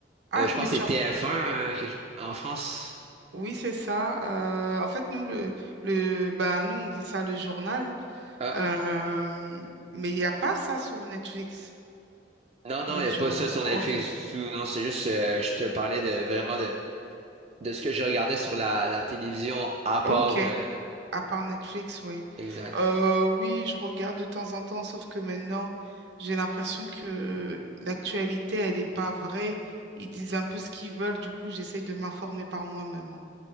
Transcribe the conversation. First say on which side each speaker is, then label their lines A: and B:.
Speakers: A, on the right (about 65°); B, on the right (about 35°).
A: Ah,
B: Euh, je pense
A: mais tu
B: que c'est
A: as-
B: TF1 euh, quelque- en France.
A: Oui, c'est ça. Euh, en fait, nous, le, le, bah, nous, on dit ça le journal.
B: Ah,
A: Euh, mais il n'y a pas ça sur Netflix,
B: non, non,
A: le
B: il n'y
A: journal.
B: a pas ça sur
A: Ok.
B: Netflix du tout. Non, c'est juste, euh, je te parlais de vraiment de, de ce que je regardais sur la, la télévision à part.
A: Ok,
B: euh,
A: À part Netflix, oui.
B: exact.
A: Euh, oui, je regarde de temps en temps, sauf que maintenant, j'ai l'impression que l'actualité, elle n'est pas vraie. Ils disent un peu ce qu'ils veulent, du coup, j'essaye de m'informer par moi-même. hein.